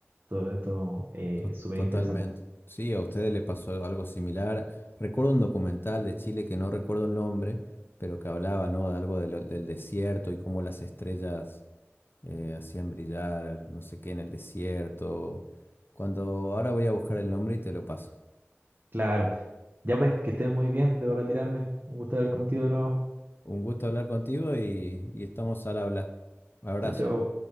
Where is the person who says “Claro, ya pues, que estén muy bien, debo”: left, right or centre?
Right